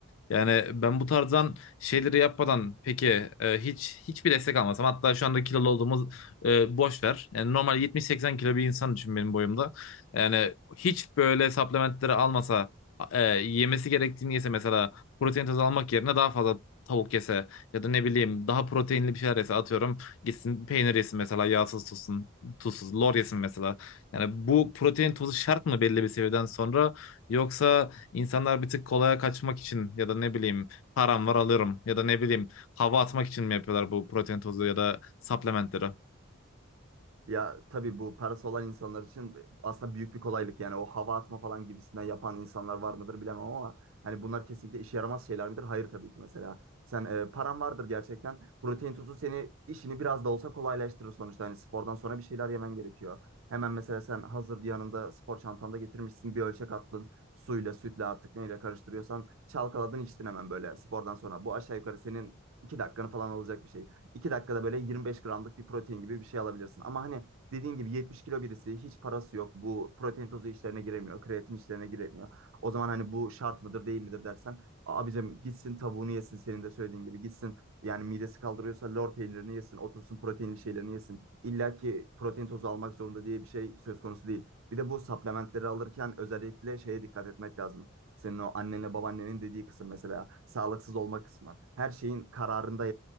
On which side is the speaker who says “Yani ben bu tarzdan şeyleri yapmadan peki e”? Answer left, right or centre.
Left